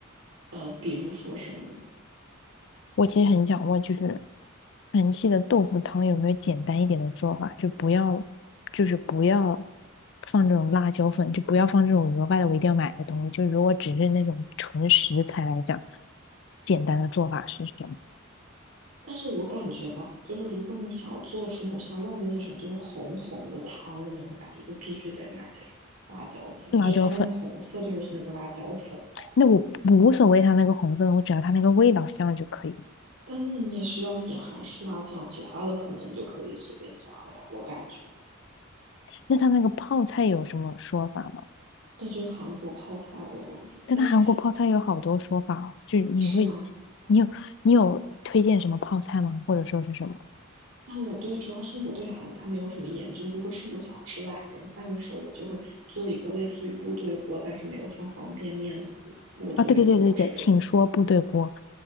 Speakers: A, on the right; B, on the left.
A: 呃，比如说什么呢？
B: 我其实很想问，就是韩系的豆腐汤有没有简单一点的做法？就不要，就是不要放这种辣椒粉，就不要放这种额外的我一定要买的东西。就如果只是那种纯食材来讲，简单的做法是什么？
A: 但是我感觉吧，就是如果你想要做出那种像外面那种就是红红的汤的那种感觉，就必须得买那种辣椒粉，
B: 辣椒粉，
A: 就它那个红色就是那个辣椒粉的红色。
B: 那我无所谓它那个红色的，我只要它那个味道香就可以。
A: 但那你也需要一点韩式辣酱，其他的可能你就可以随便加了吧，我感觉。
B: 那它那个泡菜有什么说法吗？
A: 那就是韩国泡菜，我感觉。
B: 但它韩国泡菜有好多说法哦就是你会，
A: 但是是吗？
B: 你有你有推荐什么泡菜吗？或者说是什么？
A: 但我对，主要是我对韩餐没有什么研究。如果是我想吃懒人饭的时候，我就会做一个类似于部队锅，但是没有放方便面的部部队锅之类的
B: 啊，对对对对对，请说部队锅，